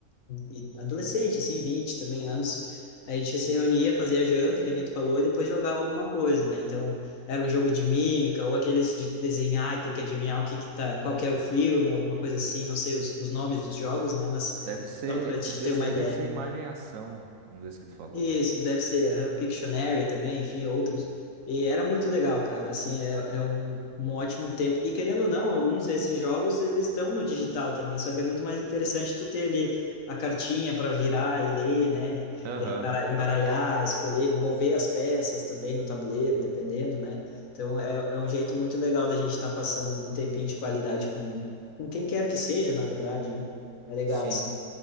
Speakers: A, on the left (about 80°); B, on the right (about 80°).
A: e adolescente, assim, 20 também anos. A gente se reunia, fazia janta, que nem tu falou, e depois jogava alguma coisa, né? Então, era um jogo de mímica, ou aqueles de desenhar e ter que adivinhar o que que tá, qual que é o filme, alguma coisa assim, não sei os, os nomes dos jogos, né? Mas
B: Deve ser,
A: só para te
B: um desses
A: ter uma
B: aí
A: ideia.
B: deve ser imagem e ação, um desses que tu falou.
A: Isso, deve ser aham, Pictionary também, enfim, outros. E era muito legal, cara. Assim, é, é um, um ótimo tempo. E querendo ou não, alguns desses jogos eles estão no digital também, só que é muito mais interessante tu ter ali a cartinha para virar e ler, né?
B: Aham.
A: E embara- Embaralhar, escolher, mover as peças também no tabuleiro, dependendo, né? Então é, é um jeito muito legal da gente estar passando um tempinho de qualidade com, com quem quer que seja, na verdade, né? É legal,
B: Sim.
A: assim.